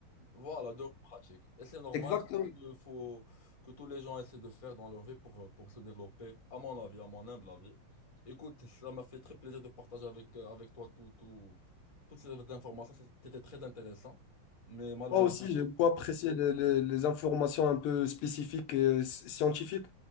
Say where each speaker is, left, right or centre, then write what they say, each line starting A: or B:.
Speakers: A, on the left (about 25°); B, on the left (about 85°).
A: Voilà, de pratique. Et c'est normal
B: Exactement.
A: il faut que tous les gens essaient de faire dans leur vie pour, euh, pour se développer, à mon avis, à mon humble avis. Écoute, ça m'a fait très plaisir de partager avec, euh, avec toi tout, tout- toutes ces informations. C'était très intéressant, mais malheureusement,
B: Moi aussi, j'ai beaucoup apprécié les, les- les informations un peu spécifiques et s- scientifiques.